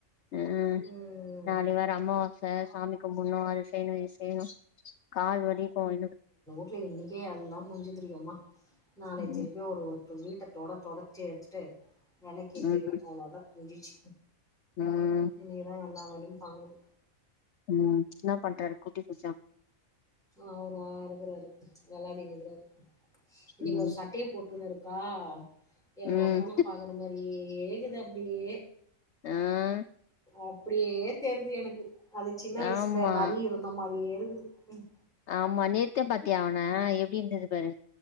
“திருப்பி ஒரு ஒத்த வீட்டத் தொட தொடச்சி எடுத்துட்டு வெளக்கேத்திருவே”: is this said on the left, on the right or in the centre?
Centre